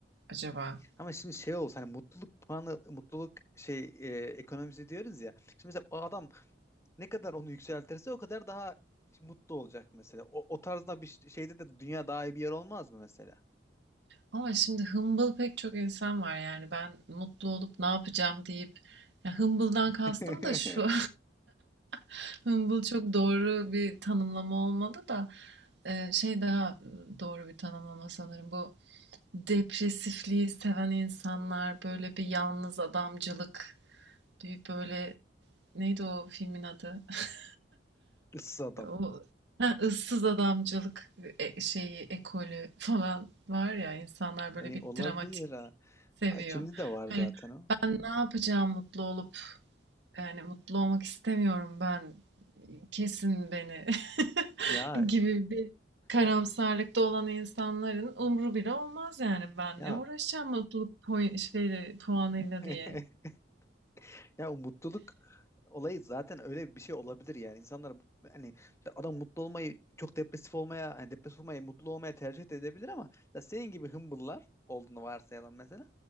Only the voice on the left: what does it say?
Ama şimdi şey olsa hani mutluluk puanı mutluluk şey e, ekonomisi diyoruz ya. Şimdi mesela o adam ne kadar onu yükseltirse o kadar daha mutlu olacak mesela. O, o tarzda bir şeyde de dünya daha iyi bir yer olmaz mı mesela?
<laughs>
Issız adam.
Yani
olabilir
ha.
Aa, Şimdi de var
zaten o.
Ya
ya
ya,
<laughs>
ya o mutluluk olayı zaten öyle bir şey olabilir yani. İnsanlar bu- hani mesela adam mutlu olmayı çok depresif olmaya, hani depresif olmayı mutlu olmaya tercih de edebilir ama mesela senin gibi hımbıllar olduğunu varsayalım mesela.